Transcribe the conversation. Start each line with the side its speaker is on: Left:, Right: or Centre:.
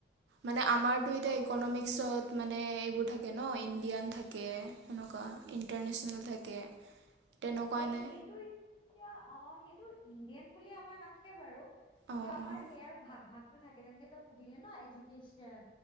Right: মানে আমাৰতো
Left: ভালে
Right: এতিয়া ইকনমিক্সত মানে এইবোৰ থাকে ন ইণ্ডিয়ান থাকে একা <unintelligible> ইণ্টাৰনেশ্যনেল থাকে তেনেকুৱা
Left: এ
Right: নে
Left: সেইটো এতিয়া অ সেইটো ইণ্ডিয়ান বুলি আমাৰ নাথাকে বাৰু কিন্তু
Right: অঁ
Left: আমাৰ
Right: অঁ
Left: সেইয়াৰ ভাগ ভাগটো থাকে যেনেকে তই সুধিলি ন এডুকেশ্যন